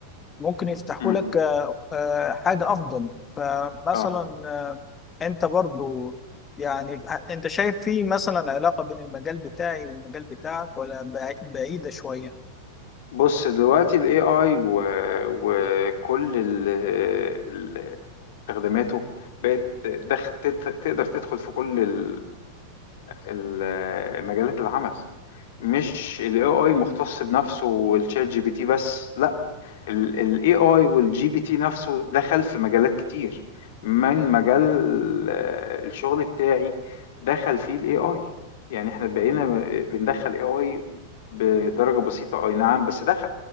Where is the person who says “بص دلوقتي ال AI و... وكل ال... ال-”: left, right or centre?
Left